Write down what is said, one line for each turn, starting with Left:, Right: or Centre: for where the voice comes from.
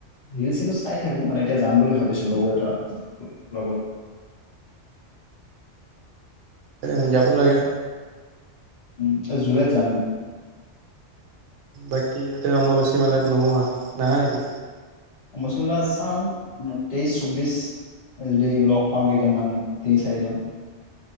Left: ৰিল চিলো চাই থাকো মানে এতিয়া যাম বুলি ভাবিছো লগৰ এটাৰ লগত
Right: এই যাব লাগে।
Left: উম এই জুলাই যাম,
Right: বাকী ইয়াতে অম্ব বেছি মেলাত নোহোৱা নাহা নেকি?
Left: অম্বুবাচী মেলা চাওঁ তেইশ চৌবিশ যদি লগ পাওঁ কেইজনমান তিনি চাৰিজন